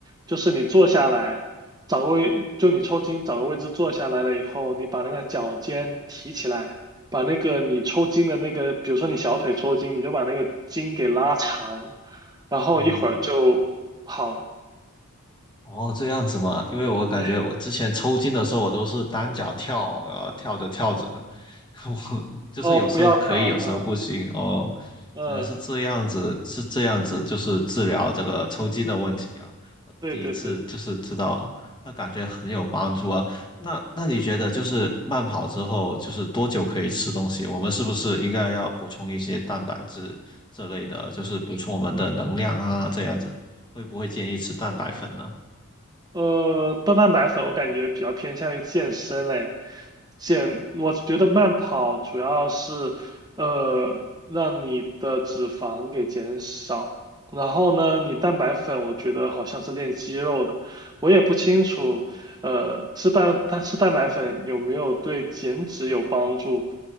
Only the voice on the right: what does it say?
就是你坐下来，找个位，就你抽筋找个位置坐下来了以后，你把那个脚尖提起来，把那个你抽筋的那个，比如说你小腿抽筋，你就把那个筋给拉长，然后一会儿就好了。
对，
哦，不要跳啊，
嗯，
对对对。
呃，高蛋白粉我感觉比较偏向于健身嘞，减我觉得慢跑主要是呃让你的脂肪给减少，然后呢，你蛋白粉我觉得好像是练肌肉的，我也不清楚，呃，吃蛋，它吃蛋白粉有没有对减脂有帮助，